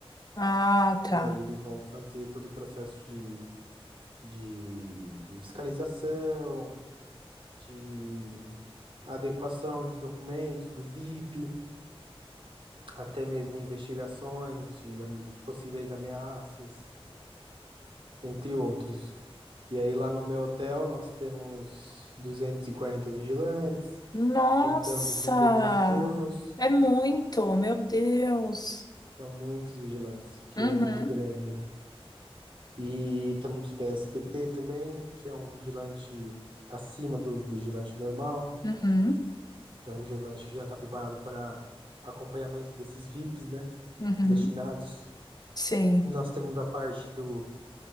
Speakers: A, on the left; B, on the right.
A: Ah, tá.
B: e aí eles vão fazer todo o processo de, de, de fiscalização, de adequação de documentos do VIP. até mesmo investigações de am- possíveis ameaças, entre outros. E aí lá no meu hotel nós temos 240 vigilantes,
A: Nossa!
B: contando com todos os turnos,
A: É muito, meu Deus.
B: são muitos vigilantes, porque
A: Uhum,
B: é muito grande, né? E temos VSPP também, que é um vigilante acima do vigilante normal,
A: uhum,
B: que é um vigilante que já está preparado para acompanhamento desses VIPs, né?
A: uhum.
B: Destinados.
A: Sim.
B: Nós temos a parte do